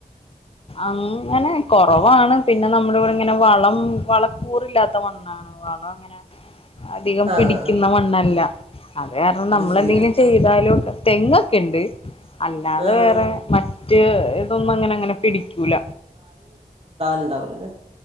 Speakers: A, on the left (about 40°); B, on the right (about 45°).
A: അങ്ങനെ കൊറവാണ് പിന്നെ നമ്മൾ ഇവിടെ ഇങ്ങനെ വളം വളക്കൂറില്ലാത്ത മണ്ണാണ്, വളം ഇങ്ങനെ അധികം
B: ആഹ്
A: പിടിക്കുന്ന
B: ആഹ്
A: മണ്ണല്ല. അത് കാരണം നമ്മൾ
B: ശരി
A: എന്തെങ്കിലും
B: ആഹ്
A: ചെയ്താലും തെങ്ങൊക്കെ ഇണ്ട്. അല്ലാതെ
B: ആഹ്
A: വേറെ മറ്റ് ഇതൊന്നും അങ്ങനെ അങ്ങനെ പിടിക്കൂല.
B: ണ്ടാവുല്ലല്ലേ.